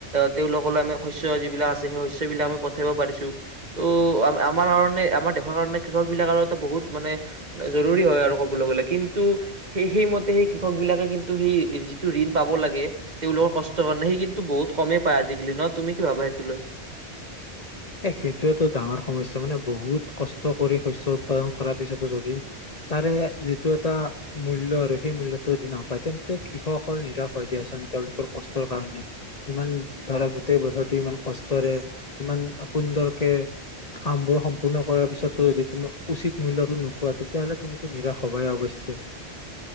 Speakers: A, on the right; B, on the left.
A: তেওঁওলোকলৈ আমি শস্য যিবিলাক আছে সেই শস্য বিলাক আমি পঠাব পাৰিছো ত' আমাৰ কাৰণে আমাৰ দেশৰ কাৰনে কৃষক বিলাক আৰু এটা বহুত মানে- জৰুৰী হয় আৰু ক'বলৈ গলে কিন্তু সেই সেইমতে সেই কৃষক বিলাকে কিন্তু সেই যিটো ঋণ পাব লাগে তেওঁলোকৰ কষ্টৰ কাৰণে সেই কিন্তু বহুত কমেই পায় আজিকালি ন তুমি কি ভাবা সেইটো লৈ-
B: এ সেইটোতটো ডাঙৰ সমস্যা মানে বহুত- কষ্ট কৰি শস্য উৎপাদন কৰাৰ পিছতো যদি তাৰে যিটো এটা মূল্য আৰু সেই মূল্যটো যদি নাপায় তেন্তে কৃষকসকল নিৰাশ হৈ দিয়াচোন তেওঁলোকৰ কষ্টৰ কাৰণে ইমান ধৰা গোটেই বছৰটো ইমান কষ্টৰে ইমান- সুন্দৰকে কামবোৰ সম্পূৰ্ণ কৰাৰ পিছতো যদি তুমি উচিত মূল্যতো নোপোৱা তেতিয়াাহলে তুমিতো নিৰাশ হবাই অৱশ্যে-